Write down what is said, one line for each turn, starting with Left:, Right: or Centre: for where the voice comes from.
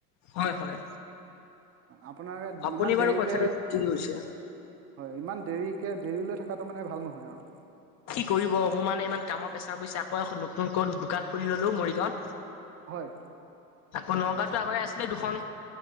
Left: হয়, হয়
Right: আপোনাৰ
Left: আপুনি
Right: ইমান দেৰিকে
Left: বাৰু কথাটো কৈছে।
Right: হয় ইমান দেৰিকে দেৰিলৈ থকাটো মানে ভাল নহয় আৰু।
Left: কি কৰিব মোৰ মানে ইমান কামৰ পেছাৰ বুইছে, আকৌ এখন নতুনকৈ দোকান খুলি ললো মৰিগাঁৱত।
Right: হয়।
Left: আকৌ নগাঁওতো আগতে আছিলে দুখন